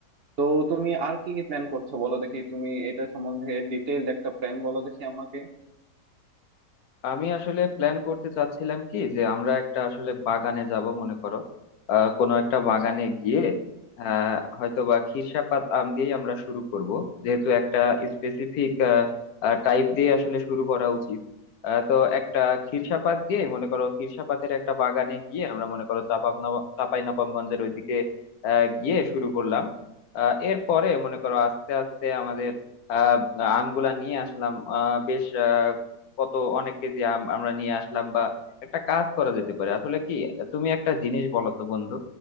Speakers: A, on the right; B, on the left.
A: তো তুমি আর কি কি প্ল্যান করছো বলো দেখি তুমি এটা সম্বন্ধে ডিটেইলড একটা প্ল্যান বলো দেখি আমাকে
B: আমি আসলে প্ল্যান করতে চাচ্ছিলাম কি যে আমরা একটা আসলে বাগানে যাব মনে করো আহ কোনো একটা বাগানে
A: আচ্ছা
B: গিয়ে আহ হয়তো বা খিরসাপাত আম দিয়ে আমরা শুরু করব যেহেতু একটা স্পেসিফিক টাইপ দিয়ে আসলে শুরু করা উচিত আহ, তো একটা খিরসাপাত দিয়ে মনে করো খিরসাপাতের একটা বাগানে গিয়ে আমরা মনে করো চাপাপ চাপাই নবাবগঞ্জের ওইদিকে আহ গিয়ে শুরু করলাম আহ এরপরে মনে করো আস্তে আস্তে আমাদের আহ আমগুলা নিয়ে আসলাম আহ বেশ কত অনেক কেজি আম আমরা নিয়ে আসলাম বা একটা কাজ করা যেতে পারে আসলে কি তুমি একটা জিনিস বলো তো বন্ধু